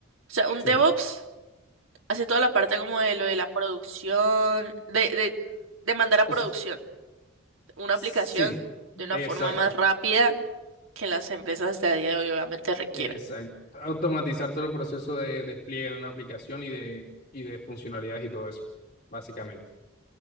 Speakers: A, on the right; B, on the left.
A: O sea, un
B: sí.
A: DevOps hace toda la parte como de lo de la producción, de, de, de mandar a producción
B: O s-
A: una
B: sí,
A: aplicación de una
B: exacto,
A: forma más rápida que las empresas de a día de hoy obviamente requieren.
B: exacto. Automatizar todo el proceso de despliegue de una aplicación y de, y de funcionalidades y todo eso, básicamente.